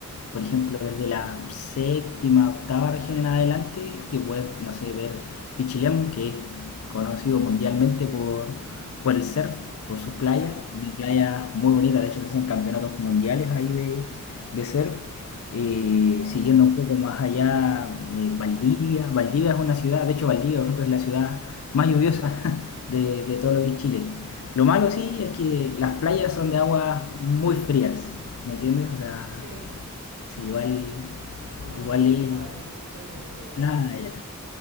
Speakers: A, on the left; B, on the right.
A: por ejemplo, desde la séptima, octava región en adelante, que puedes, no sé, ver Pichilemu, que es conocido mundialmente por, por el surf, por sus playas,
B: Ya,
A: tiene playas muy bonitas, de hecho se hacen campeonatos mundiales ahí de, de surf, eh,
B: wow,
A: siguiendo un poco más allá de Valdivia. Valdivia es una ciudad, de hecho Valdivia, por ejemplo, es la ciudad más lluviosa <laughs> de, de todo lo que es Chile. Lo malo
B: wow.
A: sí es que las playas son de aguas muy frías, ¿me entiendes? O sea,
B: Sí,
A: sí, igual,
B: sí, bueno,
A: igual...
B: en Perú es
A: y-
B: igual, así que creo que todo bien.
A: Ah, ya.